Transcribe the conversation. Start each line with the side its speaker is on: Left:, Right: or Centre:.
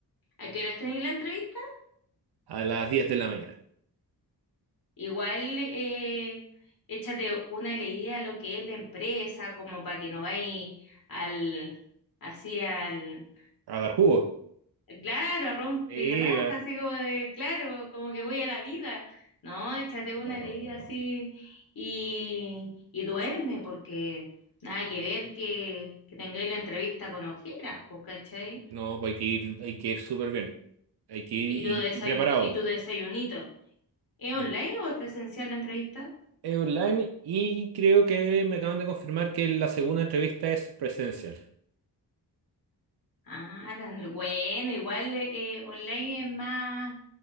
Left: ¿A qué horas tenéis la entrevista?
Right: A las diez de la mañana.
Left: Igual eh, échate una leída a lo que es la empresa, como para que no vayas al, así al,
Right: A dar jugo.
Left: claro, a rompirraja,
Right: Sí, va.
Left: así como de, claro, como que voy a la vida. No, échate una
Right: Ah,
Left: leída así y, y duerme, porque nada que ver que, que tengáis la entrevista con ojeras, pues, ¿cachai?
Right: no, pues hay que ir, hay que ir súper bien. Hay que ir
Left: Y
Right: y,
Left: tu desayu-
Right: y preparado.
Left: y tu desayunito. ¿Es
Right: Ir-
Left: online o es presencial la entrevista?
Right: Es online y creo que me acaban de confirmar que la segunda entrevista es presencial.
Left: Ah, tan bueno, igual eh, eh, online es más,